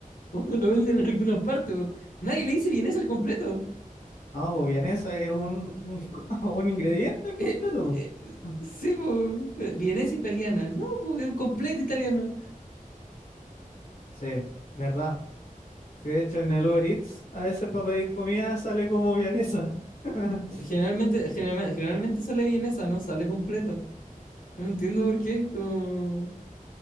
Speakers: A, on the left; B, on the left.
A: <laughs> Como lo venden en algunas partes, po. Nadie le dice vienesa al completo.
B: No, pues bien, es un, un, <laughs> un ingrediente
A: Eh,
B: completo,
A: eh,
B: po.
A: sí, po. eh, vienesa italiana, no, po, es un completo italiano.
B: Sí, verdad. Sí, de hecho en el Uber Eats a veces para pedir comida sale como vienesa. <laughs>
A: Generalmente, generalme- generalmente sale vienesa, no sale completo. No entiendo por qué. como-